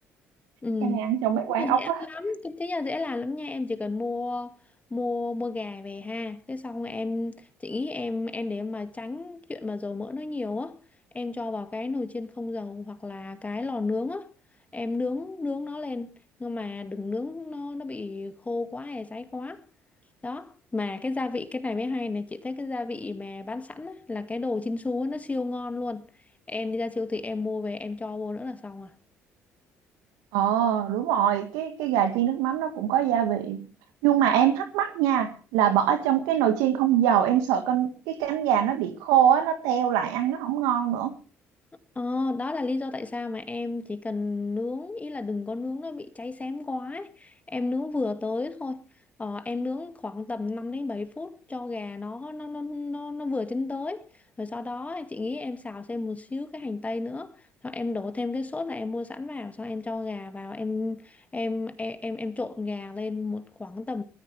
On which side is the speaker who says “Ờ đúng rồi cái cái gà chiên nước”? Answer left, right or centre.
Right